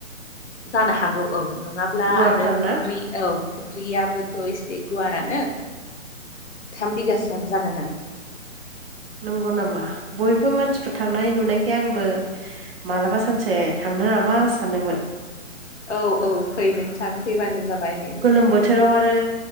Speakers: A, on the left; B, on the right.
A: जानो हागौ औ नङाब्ला
B: गुवारथार
A: आरो
B: ना
A: फुख्रि औ फुख्रियाबोथ' एसे गुवारानो थाम बिगासो जागोन दां
B: नंगौ नामा बयबो मानसिफोर थांनाय नुनायखाय आंबो मालाबा सानसे थांनो नामा सानदोंमोन।
A: औ औ फै नोंथां फैबानो जाबाय नै
B: गोलोम बोथोराव आरो